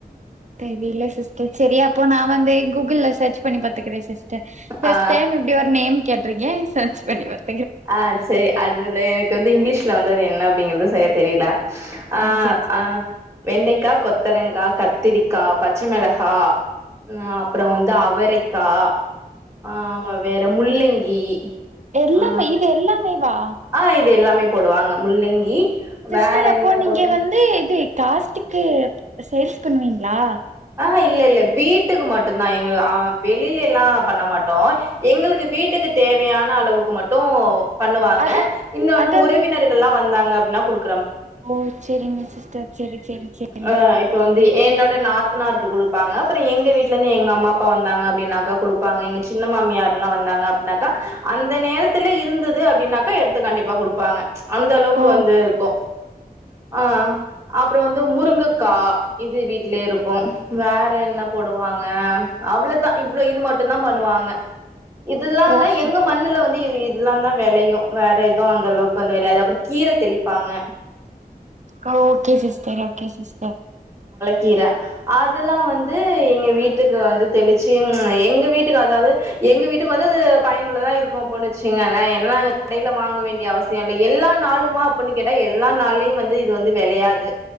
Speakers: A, on the right (about 50°); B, on the right (about 15°).
A: தெரியில சிஸ்டர் செரி அப்போ நா வந்து கூகுள்ல செர்ச் பண்ணி பாத் துக்குறே சிஸ்டர் ஃபர்ஸ்ட்
B: ஆ
A: டைம் இப்டி ஒரு நேம் கேட்ருக்கே செர்ச் பண்ணி பாத்
B: ஆ செரி அதுல எனக்கு வந்து இங்கிலீஷ்ல வந்து அது என்ன அப்டிங்கிறது சரியா தெரியல ஆ
A: சேரி சேரி
B: ஆ வெண்டைக்கா கொத்தரங்கா கத் த்திரிக்கா பச்சமெளகா ஆ அப்பறோ வந்து அவரைக்கா ஆ ஆ வேற முள்ளங்கி
A: எல்லாமே
B: ஆ
A: இது எல்லாமேவா
B: ஆ இது எல்லாமே போடுவாங்க முள்ளங்கி
A: சிஸ்டர்
B: வேற
A: அப்போ
B: என்ன
A: நீங்க
B: போடுவோ
A: வந்து இது காஸ்ட்டுக்கே சேல்ஸ் பண்ணுவீங்ளா
B: ஆ ஹா இல்ல இல்ல வீட்டுக்கு மட்டுந்தா எங் ம் அ வெளியிலெல்லா பண்ண மாட்டோ எங்களுக்கு வீட்டுக்குத் தேவையான அளவுக்கு மட்டு பண்ணுவாங்க
A: அது
B: இன்னொன்னு
A: அதன்
B: உறவினர்கள்லா வந்தாங்க அப்டின்னா குடுப்
A: ஓ செரிங்க சிஸ்டர் செரி செரி செரி
B: ஆ இப்ப வந்து என்னோட நாத் துனாருக்கு குடுப்பாங்க அப்பற எங்க வீட்லேந்து எங்க அம்மா அப்பா வந்தாங்க அப்டின்னாக்க குடுப்பாங்க எங்க சின்ன மாமியார்லா வந்தா அங்க அப்புன்னாக்கா அந்த நேரத்துல இருந்தது அப்டின்னாக்க எடுத்து கண்டிப்பா குடுப்பாங்க அந்தளவுக்
A: ஓ
B: வந்து ர்க்கும் ஆ அப்ரொ வந்து முருங்கக்கா இது வீட்லேரு வேற என்ன போடுவாங்க அவ்ளதா இவ்ளோ இது மட்டுந்தா பண்ணுவாங்க இதுலாந்தா
A: ஓகே
B: எங்க மண்ணுல வந் திஇது இதுலாந்தா வெளையு வேற எதும் அந்த அளவுக்கு வந்து வெள்யாது அப்ற கீர தெளிப்பாங்க
A: கஓகே சிஸ்டர் ஓகே சிஸ்டர்
B: கீர அதுல்லா வந்து எங்கெ வீட்டுக்கு வந்து தெளுச்சி ம் எங்க வீட்டுக் அதாது எங்க வீட்டுக் வந்து அது பயனுள்ளதா இருக்கு பொண்ணுச்சீங்க அல்ல என்னங்க <inaudible> டைல வாங்க வேண்ட்ய அவசியொல்ல எல்லான் நாளுமா அப்புன்னு கேட்டா எல்லா நாள்லியு வந்து இது வந்து வெளயாது